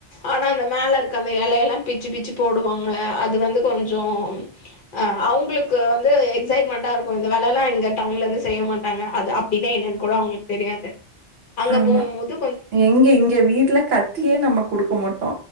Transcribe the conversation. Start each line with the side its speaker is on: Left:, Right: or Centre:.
Left: ஆனா அந்த மேல இருக்கு அந்த எலயலா பிச்சு பிச்சு போடுவாங்க அது வந்து கொஞ்சோ அ அவங்களுக்கு வந்து எக்ஸைட்மெண்ட்டா இருக்கு இந்த வேலைல்லா இங்க டவுன்ல இருந்து செய்ய மாட்டாங்க அப்படின்னா என்னன் கூட அவங்களுக் தெரியாது அங்க
Right: ஆமா.
Left: போம்போது
Right: எங்க இங்க வீட்டுல கத்தியே நம்ம குடுக்க மாட்டோ